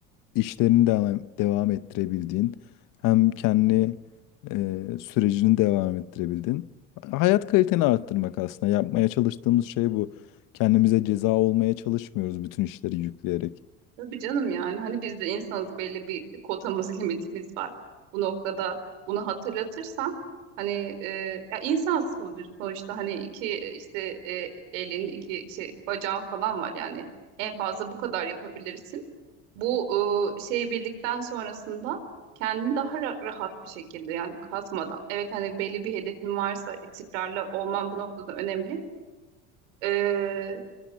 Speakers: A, on the left; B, on the right.
A: işlerini devam, devam ettirebildiğin, hem kendi e, sürecini devam ettirebildiğin. Hayat kaliteni arttırmak aslında. Yapmaya çalıştığımız şey bu. Kendimize ceza olmaya çalışmıyoruz bütün işleri yükleyerek.
B: Tabii canım yani hani biz de insanız belli bir kotamız <laughs> limitimiz var. Bu noktada bunu hatırlatırsan hani e, ya insan sonu- sonuçta hani iki işte e, elin iki şey bacağın falan var yani en fazla bu kadar yapabilirsin. Bu e, şeyi bildikten sonrasında kendini daha ra- rahat bir şekilde yani kasmadan evet hani belli bir hedefin varsa istikrarlı olman bu noktada önemli. E,